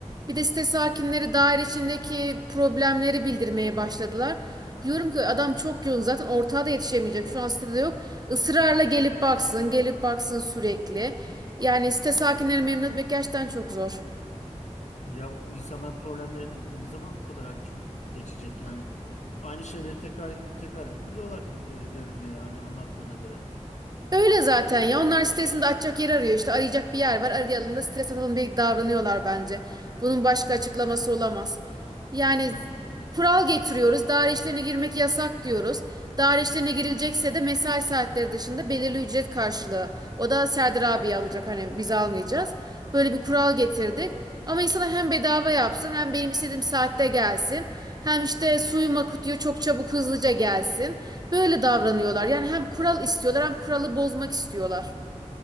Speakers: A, on the right; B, on the left.
A: Bir de site sakinleri daire içindeki problemleri bildirmeye başladılar. Diyorum ki adam çok yoğun zaten ortağa da yetişemeyecek. Şu an sitede yok. Israrla gelip baksın, gelip baksın sürekli. Yani site sakinleri memnun etmek gerçekten çok zor.
B: Ya insanların problemlerin ne zaman bu kadar hani şu- geçecek yani? Aynı şeyleri tekrar edip tekrar edip duruyorlar gibi e, görünüyor hani anlattığına göre.
A: Öyle zaten ya. Onlar sitesinde açacak yer arıyor. İşte arayacak bir yer var. Arayalım da stres atalım diye davranıyorlar bence. Bunun başka açıklaması olamaz. Yani
B: Hmm.
A: kural getiriyoruz. Daire işlerine girmek yasak diyoruz. Daire işlerine girilecekse de mesai saatleri dışında belirli ücret karşılığı. O da Serdar abi alacak. Hani biz almayacağız. Böyle bir kural getirdik. Ama insana hem bedava yapsın hem benim istediğim saatte gelsin. Hem işte suyum akıtıyor çok çabuk hızlıca gelsin. Böyle davranıyorlar. Yani hem kural istiyorlar hem kuralı bozmak istiyorlar.